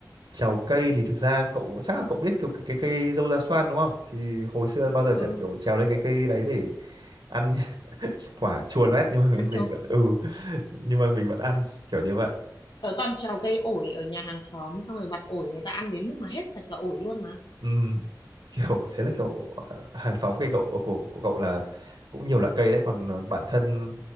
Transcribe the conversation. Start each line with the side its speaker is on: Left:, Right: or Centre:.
Right: trèo cây thì thực ra cậu chắc là cậu biết kiểu cái cái cây dâu da xoan đúng không thì hồi xưa bao giờ chả
Left: ừ
Right: kiểu trèo lên cái cây đấy để ăn <laughs> quả chua loét nhưng mà
Left: ăn
Right: mình
Left: trộm
Right: vẫn ừ nhưng mà mình vẫn ăn kiểu như vậy
Left: tớ toàn trèo cây ổi ở nhà hàng xóm xong rồi vặt ổi người ta ăn đến mức mà hết sạch cả ổi luôn mà
Right: Ừm, kiểu thế là kiểu ờ, hàng xóm cây cậu ờ, của của cậu là cũng nhiều loại cây đấy còn ờ, bản thân